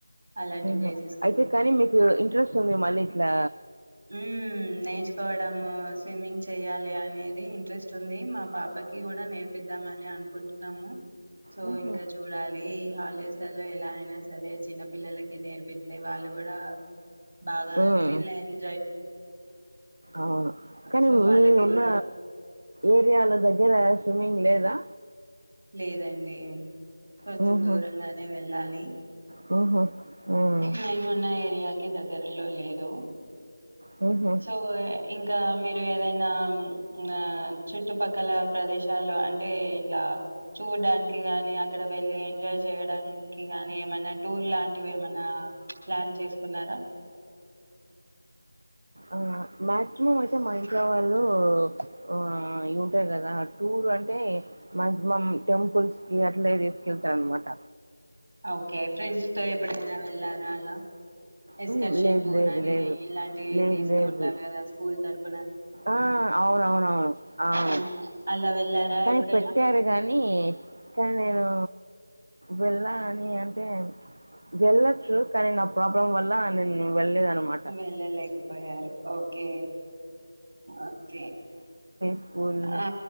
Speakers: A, on the right; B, on the right.
A: అలాంటి
B: హ్మ
A: ప్లేసెస్ కి
B: అయితే కానీ మీకు ఇంట్రెస్ట్ ఉంది మళ్ళీ ఇట్లా
A: ఊ నేర్చుకోవడమూ స్విమ్మింగ్ చెయ్యాల్ అనేది ఇంట్రెస్ట్ ఉంది మా పాపకి కూడా నేర్పిద్దామ్ అని అనుకుంటున్నాము. సో
B: హుహు.
A: ఇంకా చూడాలి ఈ హాలిడేస్ లలో ఎలా ఫైనాన్స్ సరే చిన్న పల్లలకి నేర్పిస్తే వాళ్ళు కూడా బాగాత్ర్రిలై
B: హ్మ్.
A: న్
B: అవును కానీ
A: సో వాళ్ళకి
B: మీ ఉన్న
A: కూడా
B: ఏరియాల దగ్గర స్విమ్మింగ్ లేదు ఇలా
A: లేదండి కొంచెం
B: హుహు.
A: దూరంగానే వెళ్ళాలి
B: హుహు. హ్మ్.
A: మేమున్న ఏరియాకి దగ్గర లో లేదు
B: హుహు.
A: సో ఇంకా మీరు ఏదైనా నా చ చుట్టుపక్కల ప్రదేశాల్లో అంటే ఏ ఇట్లా చూడ్డానికి ని అక్కడ వెళ్ళి ఎంజాయ్ చేయడానికి ని ఏమైనా టూర్ లాంటివి ఏమైనా ప్లాన్ చేసుకున్నారా
B: ఆ మాక్సిమం అయితే మా ఇంట్లో వాళ్ళు ఆ ఉంటారు కదా టూర్ అంటే మాక్సిమం టెంపుల్స్ కి అట్లే తీసుకెళ్తారు అనమాట
A: ఓకే ఫ్రెండ్స్ తో ఎప్పుడైనా వెళ్లారా అలా ఎక్స్కర్షన్
B: హ్మ్. లేదు,
A: టూర్
B: లేదు,
A: అని
B: లేదు.
A: ఇలాంటివి
B: లేదు,
A: తీస్తూ
B: లేదు.
A: ఉంటారు కదా స్కూల్ తరపుు
B: ఆ అవునవునవును అవును
A: ఆ అలా వెళ్ళారా
B: కానీ
A: ఎప్పుడైనా
B: పెట్టారు కానీ కానీ నేను వెళ్ళ అని అంటే వెళ్ళొచ్చు కానీ నా ప్రాబ్లం వల్ల నేను వెళ్లేద అనమాట
A: వెళ్ళలేకపోయారు ఓకే ఓకే
B: స్కూల్
A: ఆ